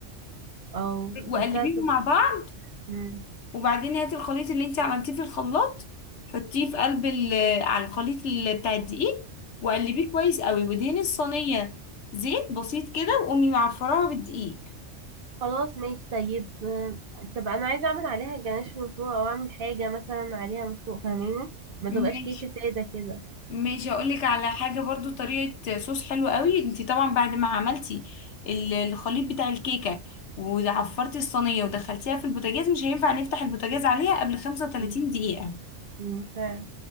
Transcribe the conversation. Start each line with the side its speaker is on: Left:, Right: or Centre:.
Right: او
Left: وقلبيهم
Right: حاساها تب...
Left: مع بعض
Right: مم.
Left: وبعدين هاتي الخليط اللي انت عملتيه في الخلاط حطيه في قلب ال- على الخليط ال- بتاع الدقيق وقلبيه كويس قوي ودهني الصينية زيت بسيط كده وقومي معفراها بالدقيق
Right: خلاص ماشي طيب آه، طب انا عايزة اعمل عليها جناش من فوق او اعمل حاجة مثلا عليها من فوق فاهماني ما
Left: ماشي
Right: تبقاش كيكة سادة كده
Left: ماشي اقول لك على حاجه برضو طريقه صوص حلو قوي انت طبعا بعد ما عملتي ال- الخليط بتاع الكيكه وعفرتي الصينيه ودخلتيها في البوتاجاز مش هينفع نفتح البوتاجاز عليها قبل 35
Right: مم.
Left: دقيقه
Right: مم. فعلا